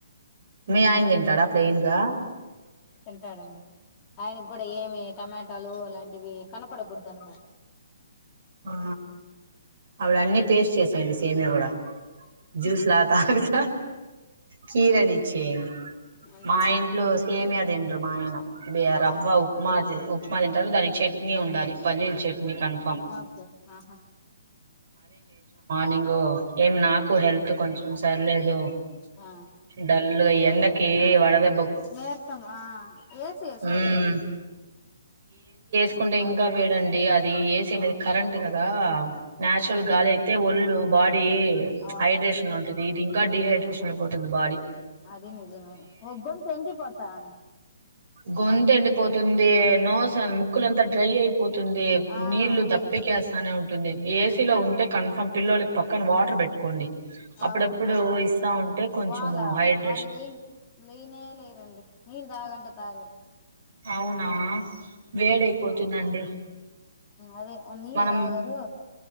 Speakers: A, on the right; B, on the left.
A: మీ ఆయన తింటాడా ప్లెయిన్ గా
B: ఎంత చడండి ఆయన కూడా ఏమి టమాటాలు అలాంటివి కనపడకూడదు అనమాట
A: ఆ అవిడ అన్నిీ పేస్ట్ చేసాయండి సేమే కూడా జ్యూస్ లాగా తాకుత కీరని ఇచ్చేయండి
B: అంతే
A: మా ఇంట్లో సేమి అది రమాయణ బ రవ్వ
B: ఆ
A: ఉమాజ మా తంటారు దానికి చట్నీ ఉండాలి పలీర్ చట్నీ కన్ఫర్మ్
B: ే ఆహా
A: నింగ ఏం నాకు హెల్త్ కొంచెం సరిలేదు
B: ఆ
A: డల్ ల్ ఎంతక వాళ్ద
B: నేర్స్తాం ఏసి వసుకోండి
A: ఉమ్ తీసుకుంటే ఇంకా వేడండి అది వేసినది కరెంటట్ కదా న్యాచురల్
B: ఆ
A: గాలి అయితే ఒళ్ళు బట్ ఇది
B: అవును
A: హైడ్రేషన్ లో
B: అద్
A: ఉంటది ఇదింగ్ గడ్డడి హెడ్ష అయిపోతుంది బారీ
B: అదే నిజమే ఒగుం తిండిపోతా అం
A: గొంంత ఎండిపోతుంది నోసార్ ముక్కులంత డ్రై అయి పోతుంది
B: ఆ
A: నీళ్లు
B: అదే
A: ద స్తనే ఉంటుంది ఏసీలో ఉంటే కన్ఫామ్ పిలలకి పక్కన వాటర్ పెట్టుకోండి అప్పుడప్పుడు
B: అవును
A: ఇస్తా ఉంటే కొంచెము
B: వాళ్ళ
A: హైడ్రేషన్
B: వాళ్ళ లేని లేనే లేరండి నీళ్ళ దాగంట తగర్
A: అవునా వేడయిపోతుందండి
B: అదే నీ
A: మనం
B: రాగారు